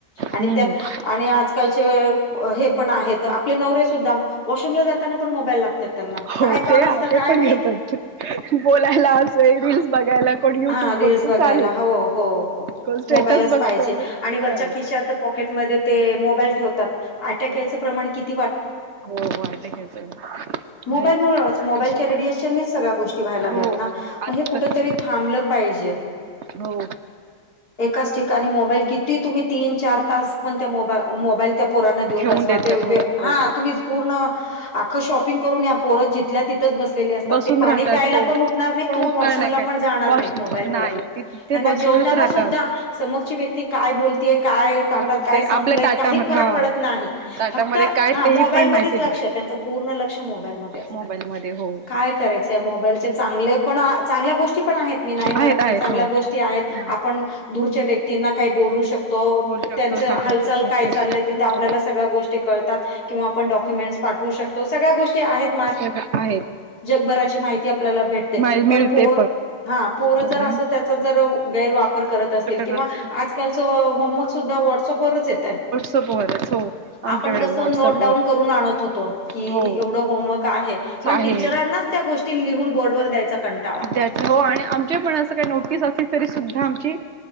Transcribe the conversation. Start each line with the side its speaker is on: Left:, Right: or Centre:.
Left: आणि
Right: हम्म
Left: त्यां आणि आज आजकालचे हे पण आहेत आपले नवरे सुद्धा वॉशरूम ला जाताना पण मोबाईल लागतात त्यांना
Right: हो
Left: काय काम
Right: ते
Left: असतं काय माही
Right: <unintelligible> बोलायला असं रील्स बघायला कोण युट्यूब
Left: हा रीलस
Right: वरती
Left: बघायला
Right: चालूच
Left: हो हो हो
Right: कोण स्टेटस
Left: मोबाईलच
Right: बघत
Left: पाहिजे आणि वरच्या
Right: चालू
Left: खिशात पॉकेट मध्ये ते मोबाईल ठेवतात अटॅक यायचं प्रमाण कित
Right: हो वाढलंय याच
Left: मोबाईलमुळेच
Right: <unintelligible>
Left: मोबाईलच्या
Right: असे
Left: रेडिएशननेच सगळ्या गोष्टी व्हायला लागल्यात
Right: हो
Left: ना
Right: आत्ताच
Left: म हे कुठं तरी थांबलं पाहिजे.
Right: हो.
Left: एकाच ठिकाणी मोबाईल किती तुम्ही तीन चार तास पण त्या मोबा मोबाईल त्या पोरांना देऊन
Right: ठेवून
Left: बसवा
Right: देतात
Left: ते व्य
Right: हो हो
Left: हा तुम्हीचं पूर्ण अख्खं शॉपिंग करून या पोरं जिथल्या तिथंच बस सलेली असतात
Right: बसून
Left: पाणी
Right: राहतात
Left: प्यायला
Right: हो
Left: पण उठणार नाहीत
Right: पण
Left: किंवा
Right: उठणार
Left: वॉशरूमला
Right: नाही काय
Left: पण जाणार
Right: वॉश
Left: नाहीत मोबाईल
Right: नाही
Left: मुळं
Right: ते तिथे
Left: ह्यांना
Right: बसूनच
Left: जेवताना
Right: राहतात
Left: सुद्धा समोरची व्यक्ती काय बोलतेय, काय ताटात
Right: बोलते
Left: काय संपलंय
Right: आपल्या ताटामध्ये
Left: काही फरक
Right: हा
Left: पडत नाही
Right: ताटामध्ये
Left: फक्त
Right: काय
Left: हा
Right: तेही
Left: मोबाईलमध्येच
Right: पण माहिती
Left: लक्ष त्यांच पूर्ण लक्ष मोबाइलमध्ये अस
Right: मोबाईलमध्ये हो
Left: काय करायचंय मोबाईलचे चांगले पण चांगल्या गोष्टी पण आहेत. मी नाही म्हणत
Right: आहेत
Left: नाही
Right: आहेत
Left: चांगल्या
Right: हो
Left: गोष्टी आहेत आपण दूरच्या व्यक्तींना काही बोलू शक तो
Right: बोलू
Left: त्यांच
Right: शकतो
Left: हालचाल
Right: सांगायच आपल्या
Left: काय चालय तिथे
Right: हो
Left: आपल्याला स त्या गोष्टी कळतात किंवा आपण डाक्युमेंटस पाठवू शकतो सगळ्या गोष्टी आहेत.
Right: सगळं आहेत.
Left: जगभराची माहिती आपल्याला भेटते
Right: मा मिळते
Left: पण पोर हा पोर
Right: तोरण
Left: जर अस त्यात चा जर गैरवापर करत असतील
Right: प्रकरण
Left: किंवा
Right: असेल
Left: आजकालचं होमवर्क सुद्धा व्हॉट्सअपवरच येतय.
Right: व्हॉट्सअँप वरच हो आमच्याकडे
Left: आपण कसं
Right: व्हॉट्सअपवर
Left: नोट डाऊन करून आणत होतो की
Right: हो
Left: एवढं होमवर्क आहे. पण
Right: आहे
Left: टीचरांनाच त्या गोष्टी लिहून बोर्डवर द्यायचा कंटाळा
Right: त्याच्या हो आणि आमचे पण असं काही नोटीस असली तरी सुद्धा आमची